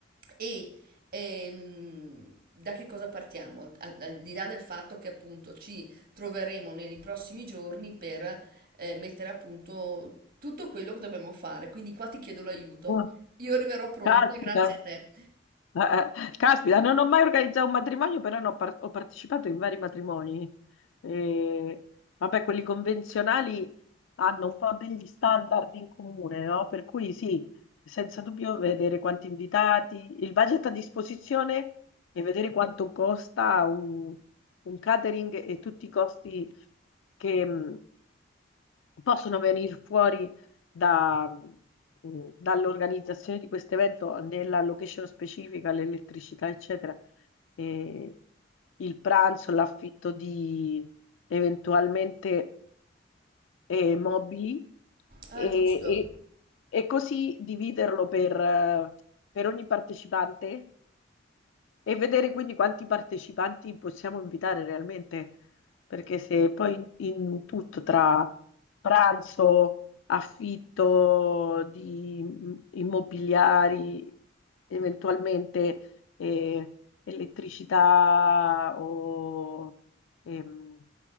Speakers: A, on the right; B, on the left.
A: E ehm, da che cosa partiamo? A- Al di là del fatto che appunto ci troveremo nei prossimi giorni per eh, mettere a punto tutto quello che dobbiamo fare, quindi qua ti chiedo l'aiuto.
B: <laughs>
A: Io arriverò pronta,
B: Caspita,
A: grazie a te.
B: eh, eh, caspita, non ho mai organizzato un matrimonio, però ne ho, par- ho partecipato in vari matrimoni. E, vabbè, quelli convenzionali hanno un po' degli standard in comune, no? Per cui sì, senza dubbio vedere quanti invitati, il budget a disposizione e vedere quanto costa un, un catering e tutti i costi che, mh, possono venire fuori da- mh, dall'organizzazione di questo evento, nella location specifica, l'elettricità, eccetera, e il pranzo, l'affitto di eventualmente eh, mobili
A: Ah,
B: e,
A: giusto.
B: e- e così dividerlo per, eh, per ogni partecipante e vedere quindi quanti partecipanti possiamo invitare realmente, perché se poi in, in tutto tra pranzo, affitto di mm, immobiliari, eventualmente eh, elettricità o ehm,